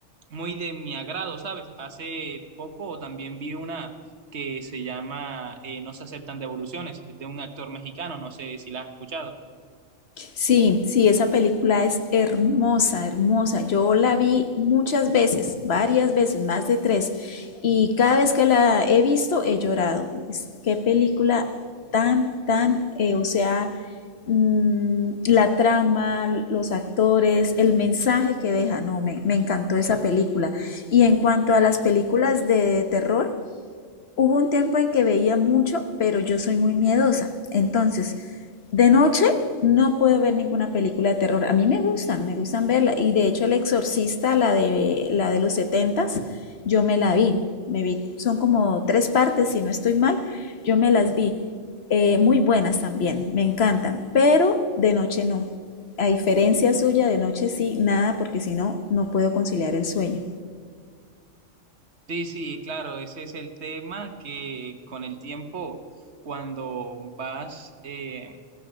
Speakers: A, on the right (about 60°); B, on the left (about 55°).
A: muy de mi agrado, ¿sabes? Hace poco también vi una que se llama eh, No se aceptan devoluciones, es de un actor mexicano, no sé si la has escuchado.
B: Sí, sí, esa película es hermosa, hermosa. Yo la vi muchas veces, varias veces, más de tres, y cada vez que la he visto he llorado. Es- qué película tan, tan, eh, o sea, mm, la trama, los actores, el mensaje que deja, no, me, me encantó esa película. Y en cuanto a las películas de terror, Hubo un tiempo en que veía mucho, pero yo soy muy miedosa. Entonces, de noche no puedo ver ninguna película de terror. A mí me gustan, me gustan verla. Y de hecho, El Exorcista, la de, la de los setentas, yo me la vi. Me vi, son como tres partes, si no estoy mal, yo me las vi. Eh, muy buenas también, me encantan, pero de noche no. A diferencia suya, de noche sí, nada, porque si no, no puedo conciliar el sueño.
A: Sí, sí, claro, ese es el tema que con el tiempo, cuando vas eh,